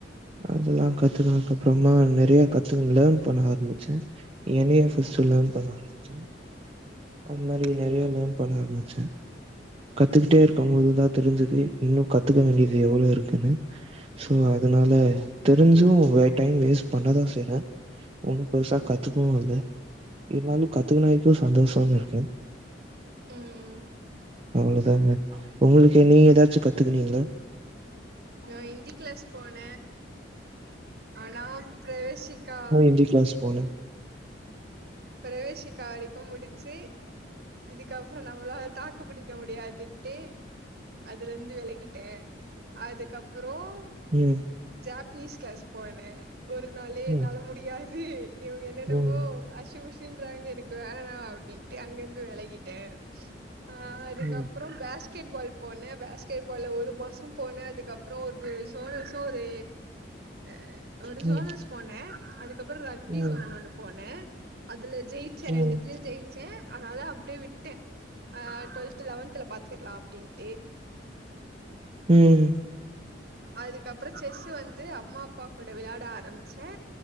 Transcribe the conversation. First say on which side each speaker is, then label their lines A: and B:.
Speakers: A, on the right; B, on the right.
A: அதெல்லா கத்துக்கனதுக்கு அப்றமா நெறைய கத்துன் லேர்ன் பண்ண ஆரம்பிச்சே என்னயு என் சிஸ்டர் லேர்ன் பண்ண ஆரம்பிச்ச அது மாரி நெறைய லேர்ன் பண்ண ஆரம்பிச்ச கத்துக்கிட்டே இருப்ப இது தா தெரிஞ்சது இன்னு கத்துக்க வேண்டியது எவ்ளோ இருக்குன்னு சோ அதனால தெரிஞ்சும் வே டைம் வேஸ்ட் பண்ணதா செய்ற ஒண்ணும் பெருசா கத்துக்கவும் இல்ல இருந்தாலும் கத்துக்ன வரைக்கும் சந்தோஷம்னு இருக்கே
B: ம்
A: அவ்ளோ தாங்க உங்களுக்கு நீங் எதாச்சும் கத்துக்குனீங்ளா
B: நா ஹிந்தி கிளாஸ் போன ஆனா பிரவேசிக்கா
A: எந்த கிளாஸ் போன
B: பிரவேசிக்க வரைக்கும் முடிச்சு இதுக்கப்புறம் நம்ளால தாக்கு பிடிக்க முடியாதுன்ட்டு அதுலந்து வெலகிட்டே அதுக்கப்புறோம்
A: ம்
B: ஜாப்னீஸ் கிளாஸ் போன ஒரு நாளே
A: ம்,
B: என்னால முடியாது இவுங்க என்னென்னமோ
A: ம்,
B: ஷின் ஷின்றாங்க எனக்கு வேணா அப்டின்ட்டு அங்கேந்து வெலகிட்ட ஆ அதுக்கப்புறோம்
A: ம்,
B: பேஸ் கெட் பால் போன பாஸ்கெட் பால்ல ஒரு மாசம் போன அதுக்கப்புறம் ஒரு ஜோனல்ஸும் ஒரு அ ஒரு
A: ம்,
B: ஜோனல்ஸ் போன அதுக்கப்புறம் ரக்பி
A: ம்,
B: ஜோனல் ஒன்னு போன அதுல ஜெயிச்சே
A: ம்,
B: ரெண்டுத்துல்யும் ஜெயிச்சே அதனால அப்டியே விட்டே ஆ ட்வெல்த் து லெவன்துல பாத்துக்லா அப்டின்ட்டு
A: ம்
B: அதுக்கப்றோ செஸ் வந்து அம்மா அப்பா கூட விளாட ஆரம்பிச்சே